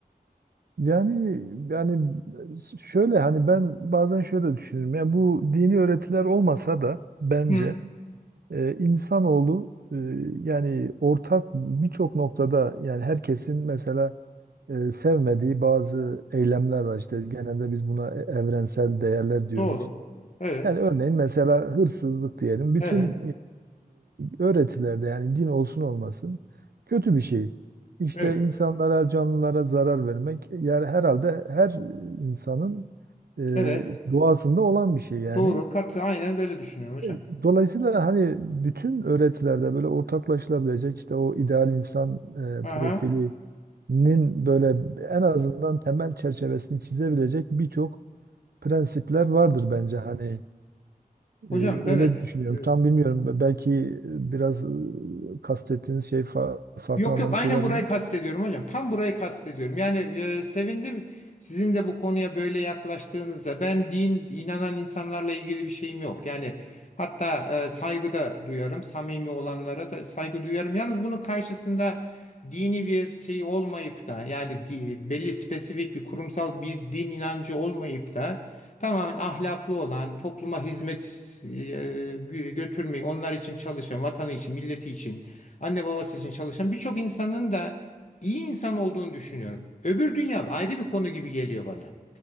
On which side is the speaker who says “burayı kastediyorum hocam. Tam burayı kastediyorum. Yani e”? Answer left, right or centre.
Left